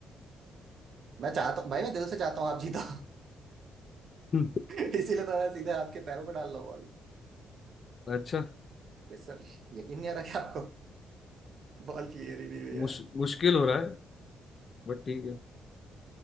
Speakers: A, on the right; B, on the left.
A: मैं चाहता हूँ भाई मैं दिल से चाहता हूँ आप जीतो
B: हम्म,
A: <laughs> इसीलिए तो मैं सीधे आपके पैरों पर डाल रहा हूँ बॉल
B: अच्छा
A: ये सर यकीन नहीं आ रहा क्या आपको <laughs> बॉल की एरी नहीं हुई
B: मुश,
A: है
B: मुश्किल हो रहा है बट ठीक है